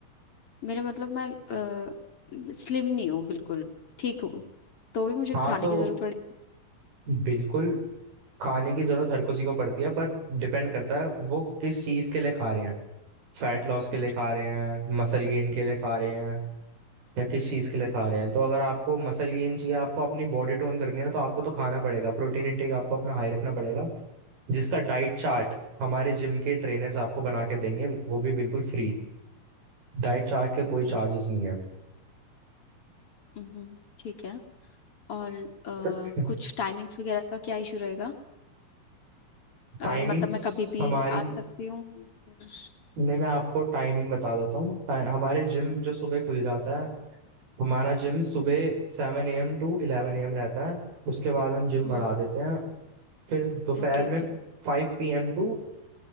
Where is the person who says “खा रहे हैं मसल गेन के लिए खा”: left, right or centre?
Right